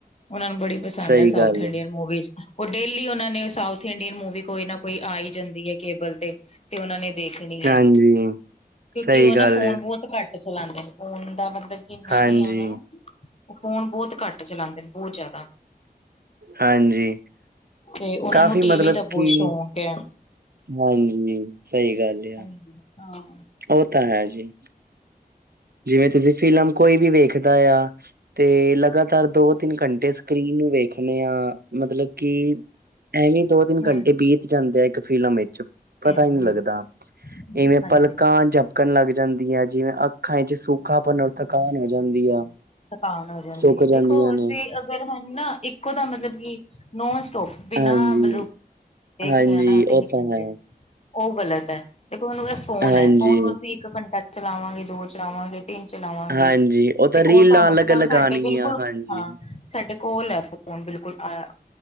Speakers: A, on the left; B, on the right.
A: ਉਹਨਾ ਨੂੰ ਬੜੀ ਪਸੰਦ
B: ਸਹੀ
A: ਏ, ਸਾਊਥ
B: ਗੱਲ
A: ਇੰਡੀਅਨ ਮੂਵੀਜ਼। ਉਹ ਡੇਲੀ ਉਹਨਾਂ ਨੇ ਸਾਊਥ ਇੰਡੀਅਨ ਮੂਵੀ ਕੋਈ ਨਾ ਕੋਈ ਆ ਹੀ ਜਾਂਦੀ ਹੈ। ਕੇਬਲ ਤੇ, ਤੇ ਉਹਨਾ ਨੇ ਦੇਖਣੀ
B: ਹਾਂਜੀ।
A: ਏ, ਕਿਉਂਕਿ
B: ਸਹੀ
A: ਉਹ
B: ਗੱਲ
A: ਨਾ ਫੋਨ
B: ਏ,
A: ਬਹੁਤ ਘੱਟ, ਚਲਾਉਦੇ ਨੇ, ਫੋਨ ਦਾ ਮਤਲਬ ਕਿ ਇੰਨਾ
B: ਹਾਂਜੀ,
A: ਨੀ ਆ ਉਹਨਾਂ ਨੂੰ, ਉਹ ਫੋਨ ਬਹੁਤ ਘੱਟ ਚਲਾਦੇ ਨੇ, ਬਹੁਤ ਜ਼ਿਆਦਾ।
B: ਹਾਂਜੀ!
A: ਤੇ, ਉਹਨਾਂ
B: ਕਾਫ਼ੀ
A: ਨੂੰ ਟੀਵੀ
B: ਮਤਲਬ
A: ਦਾ
B: ਕਿ
A: ਬਹੁਤ ਸ਼ੌਕ ਏ।
B: ਹਾਂਜੀ! ਸਹੀ ਗੱਲ।
A: ਹਾਂਜੀ!
B: ਆ,
A: ਹਾਂ!
B: ਉਹ ਤਾਂ ਹੈ ਜੀ, ਜਿਵੇਂ ਤੁਸੀਂ ਫਿਲਮ ਕੋਈ ਵੀ ਵੇਖਦਾ ਆ, ਤੇ ਲਗਾਤਾਰ ਦੋ ਤਿੰਨ ਘੰਟੇ ਸਕਰੀਨ ਨੂੰ ਵੇਖਣੇ ਆ ਮਤਲਬ ਕਿ, ਐਵੇਂ ਦੋ ਤਿੰਨ
A: ਹਮ
B: ਘੰਟੇ ਬੀਤ ਜਾਂਦੇ ਆ, ਇੱਕ ਫਿਲਮ ਵਿੱਚ। ਪਤਾ
A: ਹਮ
B: ਹੀ ਨੀ
A: ਹਮ
B: ਲੱਗਦਾ। ਇਵੇਂ
A: ਹਾਂਜੀ
B: ਪਲਕ, ਜਪਕਣ ਲੱਗ ਜਾਂਦੀ ਆ, ਜਿਵੇਂ ਅੱਖਾਂ ਵਿਚ ਸੂਖਾ ਪਨ ਤੇ ਥਕਾਨ ਹੋ ਜਾਂਦੀ ਆ।
A: ਥਕਾਨ ਹੋ ਜਾਂਦੀ
B: ਸੁੱਕ
A: ਏ। ਦੇਖੋ
B: ਜਾਂਦੀਆਂ
A: ਵੀ
B: ਨੇ,
A: ਅਸੀ ਅਗਰ ਹੁਣ ਨਾ ਇੱਕੋ ਦਮ ਮਤਲਬ ਕਿ ਨੋਨ ਸਟੋਪ ਬਿਨਾਂ
B: ਹਾਂਜੀ,
A: ਮਤਲਬ ਦੇਖ
B: ਹਾਂਜੀ
A: ਰੇ ਆ ਨਾ ਤਿੰਨ
B: ਉਹ ਤਾਂ
A: ਘੰਟੇ,
B: ਹੈ।
A: ਉਹ ਗਲਤ ਏ, ਦੇਖੋ ਹੁਣ ਏ ਫੋਨ
B: ਹਾਂਜੀ,
A: ਹੈ। ਫੋਨ ਨੂੰ ਅਸੀਂ ਇੱਕ ਘੰਟਾ ਚਲਾਵਾਂਗੇ ਦੋ ਚਲਾਵਾਂਗੇ। ਦਿਨ ਚਲਾਵਾਂਗੇ
B: ਹਾਂਜੀ ਤਾਂ
A: ਤੇ,
B: ਰੀਲਾਂ
A: ਉਹ ਤੁਹਾਨੂੰ
B: ਅਲੱਗ-ਅਲੱਗ
A: ਪਤਾ ਉਹ ਸਾਡੇ
B: ਆਣਗੀਆਂ
A: ਬਿਲਕੁਲ
B: ਹਾਂਜੀ,
A: ਹਾਂ। ਸਾਡੇ ਕੋਲ ਹੈ ਫੋਨ ਬਿਲਕੁਲ ਆਇਆ